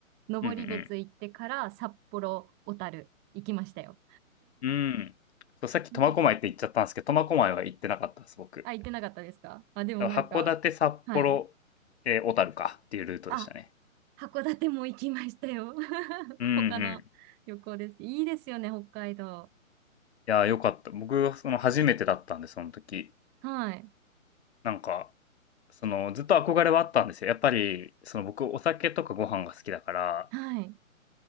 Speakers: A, on the right (about 25°); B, on the left (about 50°).
A: 登別行ってから札幌、
B: うん
A: 小樽行きましたよ。
B: うん。うん。そう、さっき苫小牧って言っちゃったんですけど、
A: いいですね。
B: 苫小牧は行ってなかったです、僕。
A: あ、行ってなかったですかあ、でもなんか、
B: だから函館、札幌、
A: はい。
B: ええ、小樽かっていうルートでしたね。
A: あ、函館も行きましたよ。<laughs>
B: うんうん。
A: 他の旅行ですけど。いいですよね、北海道。
B: いやー、よかった。僕、その、初めてだったんで、その時。
A: はい。
B: なんか、その、ずっと憧れはあったんですよ。やっぱり、その、僕お酒とかご飯が好きだから、
A: はい。